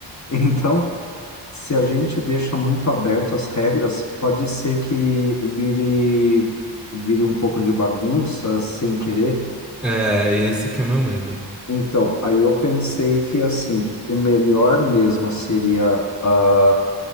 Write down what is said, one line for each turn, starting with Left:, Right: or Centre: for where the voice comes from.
Left: Então, se a gente deixa muito aberto as regras, pode ser que vire, vire um pouco de bagunça sem querer.
Centre: É, esse que é meu medo.
Left: Então, aí eu pensei que, assim, o melhor mesmo seria ah,